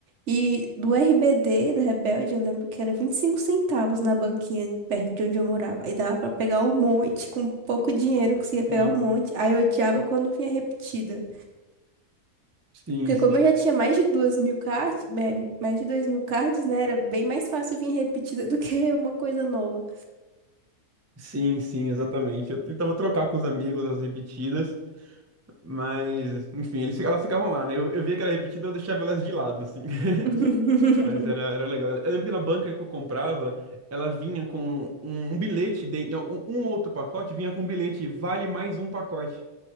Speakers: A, on the right (about 55°); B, on the right (about 20°).
A: E do RBD, do Rebelde, eu lembro que era 25 centavos na banquinha perto de onde eu morava. Aí dava pra pegar um monte, com pouco dinheiro eu conseguia pegar
B: Sim,
A: um monte. Aí eu odiava quando vinha repetida.
B: sim,
A: Porque
B: sim.
A: como eu já tinha mais de duas mil cards, mais de dois mil cards, né? Era bem mais fácil vir repetida <laughs> do que uma coisa nova.
B: Sim, sim, exatamente. Eu tentava trocar com os amigos as repetidas, mas, enfim, eles, fi- elas ficavam lá, né? Eu, eu via que era repetida, eu deixava elas de lado, assim.
A: <laughs>
B: <laughs> Mas era, era legal. Eu lembro que na banca que eu comprava, ela vinha com um, um bilhete, de, um, um outro pacote vinha com um bilhete, vale mais um pacote.